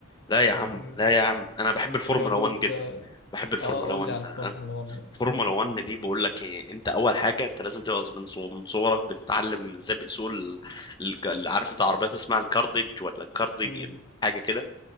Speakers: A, on the left (about 20°); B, on the left (about 60°).
A: لا يا عم
B: مم.
A: لا يا عم انا بحب الفورمولا
B: طب انت
A: 1
B: بت
A: جدا بحب الفورمولا
B: اه قول
A: 1
B: لي على
A: آه.
B: الفورمولا 1 بقى
A: الفورمولا 1 دي بقول لك ايه انت اول حاجه انت لازم تبقى من صغ- من صغرك بتتعلم ازاي بتسوق ال... ال... ال- عارف انت عربيات اسمها الكارديج ولا الكارديج
B: مم.
A: حاجه كده